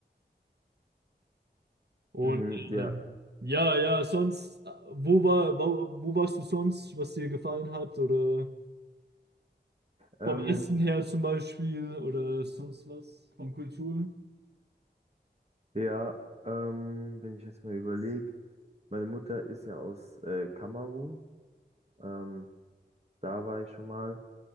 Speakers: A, on the right (about 70°); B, on the right (about 35°).
A: Und
B: Mhm, ja.
A: ähm, ja, ja, sonst, äh, wo war, wo, wo warst du sonst, was dir gefallen hat? Oder
B: Ähm,
A: vom Essen her zum Beispiel oder sonst was? Vom Kultur?
B: ja, ähm, wenn ich jetzt mal überlege, meine Mutter ist ja aus äh, Kamerun. Ähm, da war ich schon mal.